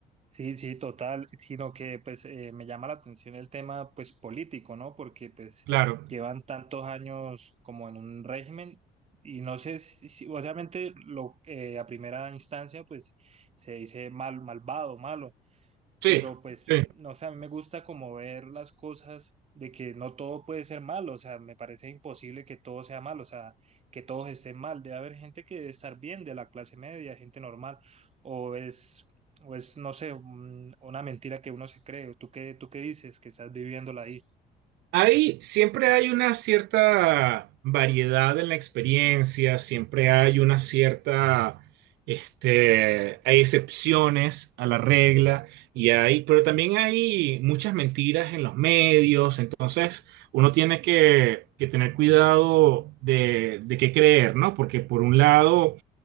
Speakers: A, on the right (about 40°); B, on the right (about 90°).
A: Sí, sí, total. Sino que pues eh, me llama la atención el tema pues político, ¿no? Porque pues
B: Claro,
A: llevan tantos años como en un régimen y no sé si, si- obviamente lo, eh, a primera instancia pues se dice mal, malvado, malo,
B: sí,
A: pero pues,
B: sí.
A: no sé, a mí me gusta como ver las cosas de que no todo puede ser malo, o sea, me parece imposible que todo sea malo, o sea, que todos estén mal, debe haber gente que debe estar bien de la clase media, gente normal, o es, o es, no sé, un- una mentira que uno se cree, o tú qué, tú qué dices, que estás viviéndola ahí.
B: Hay, siempre hay una cierta variedad en la experiencia, siempre hay una cierta, este, hay excepciones a la regla y hay, pero también hay muchas mentiras en los medios, entonces uno tiene que, que tener cuidado de, de qué creer, ¿no? Porque por un lado